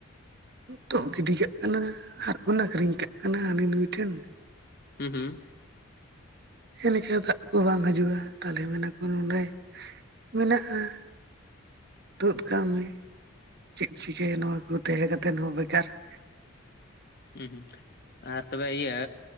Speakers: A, on the right; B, on the left.
A: ᱛᱚᱜ ᱜᱤᱰᱤ ᱠᱟᱜ ᱠᱟᱱᱟ ᱦᱟᱨᱠᱚ ᱟᱹᱠᱷᱨᱤᱧ ᱠᱟᱜ ᱠᱟᱱᱟ ᱦᱟᱹᱱᱤ ᱱᱩᱭ ᱴᱷᱮᱱ ᱾
B: ᱦᱩᱸ ᱦᱩᱸ ᱾
A: ᱮᱞᱮᱠᱟ ᱫᱟᱜ ᱠᱚ ᱵᱟᱝ ᱦᱟᱡᱩᱜᱼᱟ ᱛᱟᱦᱞᱮ ᱢᱮᱱᱟᱠᱚ ᱱᱚᱸᱰᱮ ᱾ ᱢᱮᱱᱟᱜᱼᱟ ᱾ ᱛᱩᱫ ᱠᱟᱜ ᱢᱮ ᱪᱮᱜ ᱪᱤᱠᱟᱹᱭᱟ ᱱᱚᱣᱟ ᱠᱚ ᱛᱟᱦᱮᱸ ᱠᱟᱛᱮᱫ ᱦᱚᱸ ᱵᱮᱠᱟᱨ ᱾
B: ᱩᱸ ᱦᱩ ᱸ ᱟᱨ ᱛᱚᱵᱮ ᱤᱭᱟᱹ